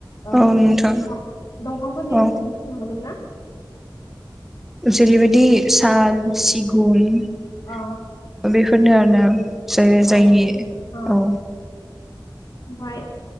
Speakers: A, on the left (about 55°); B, in the centre.
A: अ
B: औ नोंथां
A: दङांबो ने
B: औ
A: ना <unintelligible>
B: जेरैबायदि साल सिगुन बेफोर
A: अ
B: बे फोरनो आरो <unintelligible> ना जेर
A: अ
B: जायनि
A: अ
B: औ
A: ओमफाय